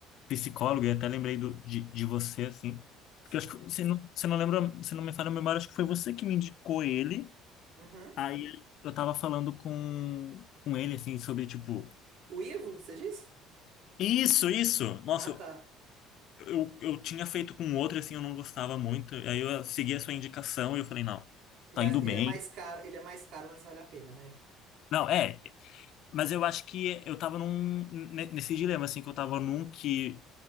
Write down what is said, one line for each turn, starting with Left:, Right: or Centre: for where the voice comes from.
Left: psicólogo e até lembrei do, de, de você, assim,
Right: sim.
Left: porque eu acho que você não, você não lembra, você não me fala a memória, acho que foi você que me indicou ele,
Right: Uhum.
Left: aí eu tava falando com, com ele, assim, sobre, tipo,
Right: O Ivo, você disse?
Left: isso, isso, nossa,
Right: Ah, tá.
Left: eu, eu tinha feito com outro, assim, eu não gostava muito. Aí eu segui a sua indicação e eu falei, não,
Right: Mas
Left: tá indo
Right: ele
Left: bem.
Right: é mais caro, ele é mais caro, mas vale a pena, né?
Left: Não, é, mas eu acho que eu tava num, ne- nesse dilema, assim, que eu tava num que